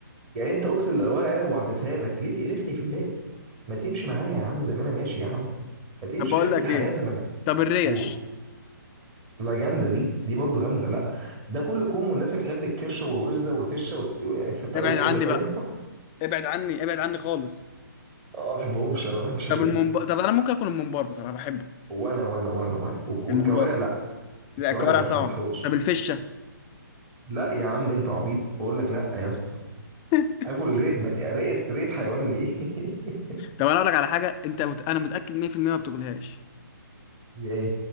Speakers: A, on the right; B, on the left.
A: يعني انت قلت الورق عنب وعديتها لك ليه تقرفني في الباقي ما تمشي معايا يا عم زي ما انا ماشي يا عم ما تمشي
B: طب بقول
A: حب
B: لك
A: الحياه
B: ايه
A: زي ما انا
B: طب الريش
A: بقول لا جامده دي دي برضو جامده لا ده كله كوم والناس اللي بتحب الكرشه والوزه والفشه وت... <laughs> انت
B: ابعد
A: اقول
B: عني
A: كلمه تانية
B: بقى ابعد عني ابعد عني خالص
A: اه ما بحبهمش انا ما بحبش الحاجات
B: طب المنب...
A: دي
B: طب انا ممكن اكل الممبار بصراحه بحبه
A: وانا وانا وانا وانا والك- والكوارع
B: الممبار
A: لا
B: لا
A: الكوارع
B: الكوارع
A: لا
B: صعبه
A: ما تحاولش
B: طب الفشه
A: لا يا عم انت عبيط بقول لك لا يا اسطى
B: <laughs>
A: اكل ريت بني ريت ريت حيوان ليه <laughs>
B: طب انا اقول لك على حاجه انت مت... انا متاكد 100% ما بتاكلهاش
A: دي ايه